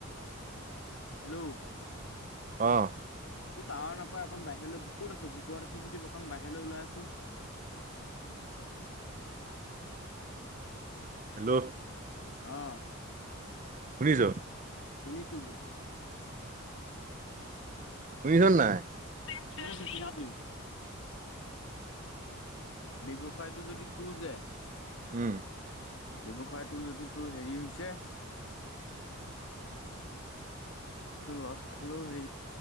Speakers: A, on the left; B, on the right.
A: হেল্ল'।
B: অ',
A: তোৰ টাৱাৰ নাপাই অকণ বাহিৰলৈ ক'ত আছো ভিতৰত আছো যদি অকণ বাহিৰলৈ ওলাই আচোন।
B: <inaudible> হেল্ল'।
A: অ ',
B: শুনিছ?
A: শুনিছোগে।
B: শুনিছ নে নাই?
A: চ খুচ ন <unintelligible> ব্যৱসায়টোৰ যদি তোৰ যে।
B: উম,
A: ব্যৱসায়টো যদি তোৰ হেৰি হৈছে লছ খালো হে